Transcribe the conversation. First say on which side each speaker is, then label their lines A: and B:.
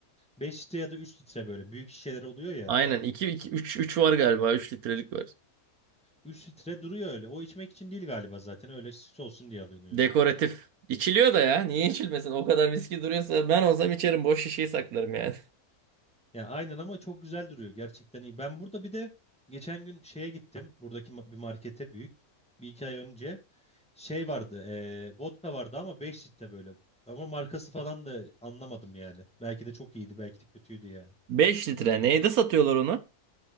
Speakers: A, in the centre; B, on the right.
A: Beş litre ya da 3 litre böyle büyük şişeler oluyor ya.
B: Aynen. 2 2 3 3 var galiba. üç litrelik var.
A: Üç litre duruyor öyle. O içmek için değil galiba zaten. Öyle süs olsun diye alınıyor.
B: Dekoratif. İçiliyor da ya. Niye içilmesin? O kadar viski duruyorsa ben olsam içerim. Boş şişeyi saklarım yani.
A: Ya aynen ama çok güzel duruyor. Gerçekten iyi. Ben burada bir de geçen gün şeye gittim. Buradaki ma- bir markete büyük. Bir iki ay önce şey vardı. E, vodka vardı ama 5 litre böyle. Ama markası falan da anlamadım yani. Belki de çok iyiydi, belki de kötüydü yani.
B: <laughs> Beş litre. Neyde satıyorlar onu?